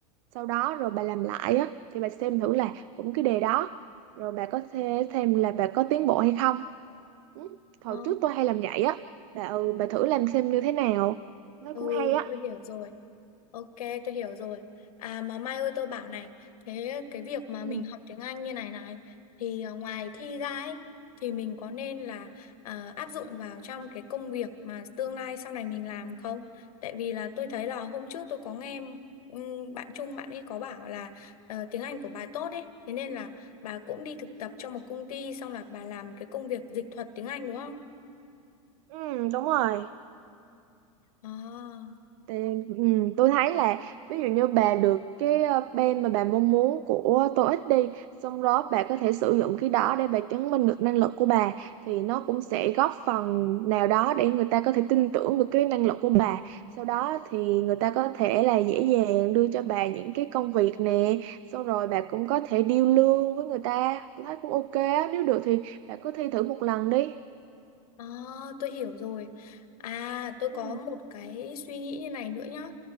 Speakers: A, on the right (about 60°); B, on the left (about 80°).
A: sau đó rồi bà làm lại á thì bà xem thử là cũng cái đề đó rồi bà có thể xem là bà có tiến bộ hay không ừ. hồi
B: Ờ,
A: trước tôi hay làm vậy á bà ừ
B: ừ,
A: bà thử làm xem như thế nào nó
B: ừ,
A: cũng hay á
B: tôi hiểu rồi. Ok, tôi hiểu rồi. À mà Mai ơi tôi bảo này, thế cái việc mà
A: ừ.
B: mình học tiếng Anh như này này thì à, ngoài thi ra ấy thì mình có nên là à, áp dụng vào trong cái công việc mà tương lai sau này mình làm không? Tại vì là tôi thấy là hôm trước tôi có nghe ừm, bạn Trung bạn ấy có bảo là ờ, tiếng Anh của bà tốt ấy, thế nên là bà cũng đi thực tập cho một công ty xong là bà làm cái công việc dịch thuật tiếng Anh đúng không?
A: ừ đúng rồi
B: À,
A: Thì, ừ, tôi thấy là ví dụ như bà được cái ờ, bên mà bà mong muốn của TOEIC đi xong đó bà có thể sử dụng cái đó để bà chứng minh được năng lực của bà thì nó cũng sẽ góp phần nào đó để người ta có thể tin tưởng được cái năng lực của bà sau đó thì người ta có thể là dễ dàng đưa cho bà những cái công việc nè xong rồi bà cũng có thể deal lương với người ta tôi thấy cũng ok á nếu được thì bà cứ thi thử một lần đi
B: à, tôi hiểu rồi. À, tôi có
A: ừ.
B: một cái suy nghĩ như này nữa nhá.